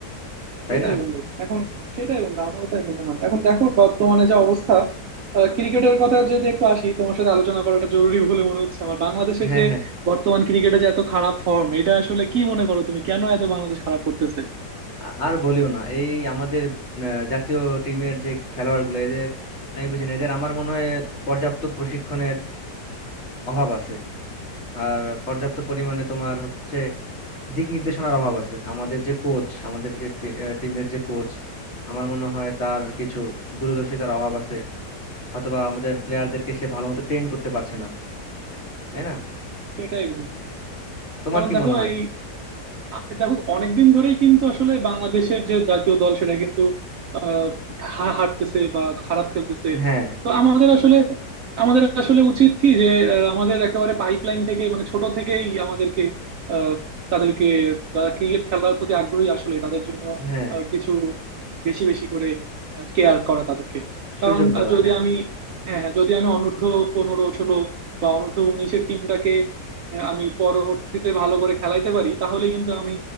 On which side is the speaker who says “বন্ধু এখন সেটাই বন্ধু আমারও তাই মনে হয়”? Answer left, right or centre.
Right